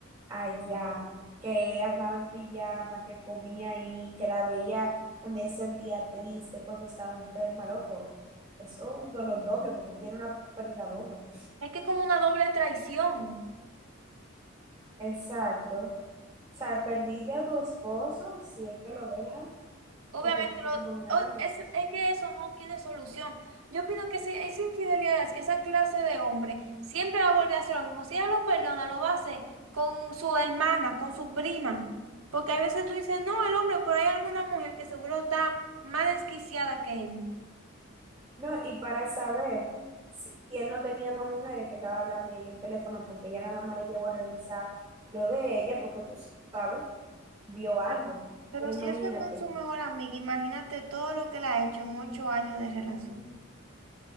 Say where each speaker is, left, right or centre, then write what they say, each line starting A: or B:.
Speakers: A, on the right (about 15°); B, on the right (about 85°).
A: allá, que andaba en pijama, que comía ahí, que la veía cuando se sentía triste, cuando estaba enferma, loco. Eso es un dolor doble porque tiene una pérdida doble.
B: Es que es como una doble traición.
A: Exacto. O sea, perdiste a tu esposo, si es que lo dejan,
B: Obviamente,
A: y perdiste
B: lo,
A: tu mejor amiga.
B: o- es, es que eso no tiene solución. Yo opino que si es infidelidad, es que esa clase de hombre siempre va a volver a hacer lo mismo. Si ella lo perdona, lo va a hacer con su hermana, con su prima. Porque a veces tú dices, no, el hombre, pero hay alguna mujer que seguro está más desquiciada que él.
A: No, y para saber si si él no tenía más mujeres que estaba hablando ahí en el teléfono, porque ella nada más le llegó a revisar lo de ella, porque tú sabes, vio algo.
B: Mm. Pero
A: Pero imagínate,
B: si eso es con su mejor amiga, imagínate todo lo que le ha hecho en ocho años de relación.